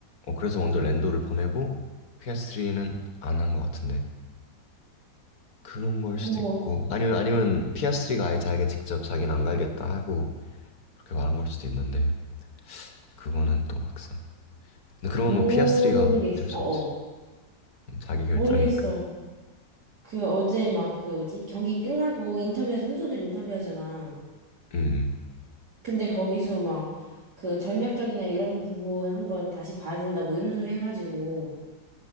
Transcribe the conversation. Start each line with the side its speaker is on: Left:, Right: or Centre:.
Left: 어, 그래서 먼저 랜도를 보내고 피스트리는 안 한 것 같은데 그런 걸
Right: 뭐,
Left: 수도 있고 아니면 아니면 스 s 리가 아예 자기가 직접 자기는 안 갈겠다 하고 그렇게 말한 걸 수도 있는데 그거는 또 막상 근데 그런
Right: 모르겠어.
Left: 건뭐 스 s 리가 어쩔 수
Right: 어어.
Left: 없지. 자기 결정이니까.
Right: 모르겠어. 그 어제 막 그 뭐지? 경기 끝나고 인터뷰에서 선수들 인터뷰하잖아.
Left: 음
Right: 근데 거기서 막 그 전략적이나 이런 부분 한번 다시 봐야 된다 뭐 이런 소리 해가지고.